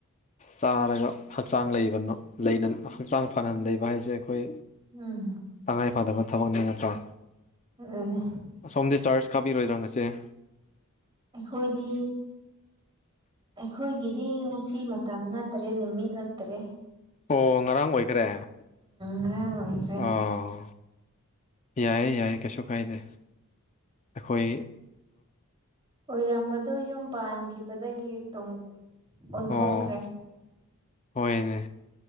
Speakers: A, on the left (about 30°); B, on the right (about 20°).
A: ꯆꯥꯔꯒ ꯍꯛꯆꯥꯡ ꯂꯩꯕ ꯍꯛꯆꯥꯡ ꯐꯅꯅ ꯂꯩꯕ ꯍꯥꯏꯁꯦ ꯑꯩ ꯑꯩꯈꯣꯏ
B: ꯎꯝ
A: ꯇꯉꯥꯏ ꯐꯗꯕ ꯊꯕꯛꯅꯤ ꯅꯠꯇ꯭ꯔꯥ
B: ꯑꯗꯨꯅꯦ
A: ꯑꯁꯣꯝꯗꯤ ꯆꯥꯔꯖ ꯀꯥꯕꯤꯔꯣꯏꯗ꯭ꯔꯥ ꯉꯁꯦ
B: ꯑꯩꯈꯣꯏꯗꯤ ꯑꯩꯈꯣꯏꯒꯤꯗꯤ ꯉꯁꯤꯃꯛ ꯇꯝꯅꯠꯇꯔꯦ ꯅꯤꯡꯃꯤ ꯅꯠꯇꯔꯦ
A: ꯑꯣ ꯉꯔꯥꯡ ꯑꯣꯏꯈ꯭ꯔꯦ
B: ꯉꯔꯥꯡ ꯑꯣꯏꯈ꯭ꯔꯦ
A: ꯑꯥ ꯌꯥꯏꯌꯦ ꯌꯥꯏ ꯀꯩꯁꯨ ꯀꯥꯏꯗꯦ ꯑꯩꯈꯣꯏ
B: ꯑꯣꯏꯔꯝꯕꯗꯨ ꯌꯨꯝ ꯄꯥꯟꯈꯤꯕꯗꯒꯤ ꯇꯨꯡ ꯑꯣꯟꯊꯣꯛꯈ꯭ꯔꯦ
A: ꯑꯣ ꯍꯣꯏꯅꯦ